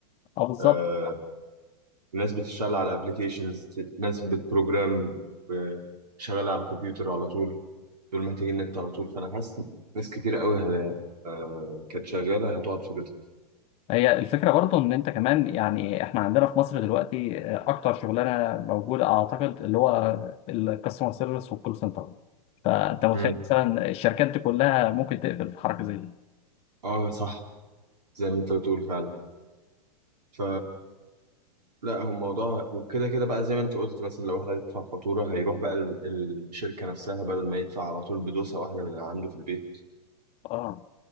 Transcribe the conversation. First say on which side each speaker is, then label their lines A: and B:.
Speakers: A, on the left; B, on the right.
A: اه بالظبط
B: آه، ناس بتشتغل على ابلكيشنز ناس بتبروجرام آه، شغالة على الكمبيوتر على طول دول محتاجين نت على طول فأنا حاسس ناس كتير قوي ه- آه، كانت شغالة هتقعد في بيتها
A: هي الفكره برضو ان انت كمان يعني احنا عندنا في مصر دلوقتي اكتر شغلانه موجوده اعتقد اللي هو الكاستمر سيرفيس والكول سنتر فانت متخيل
B: مم.
A: مثلا الشركات دي كلها ممكن تقفل في حركه زي دي
B: اه صح زي ما انت بتقول فعلا ف لا هو الموضوع وكده كده بقى زي ما انت قلت مثلا لو واحد عايز يدفع فاتورة هيروح بقى ال- الشركة نفسها بدل ما يدفع على طول بدوسة واحدة من عنده في البيت
A: اه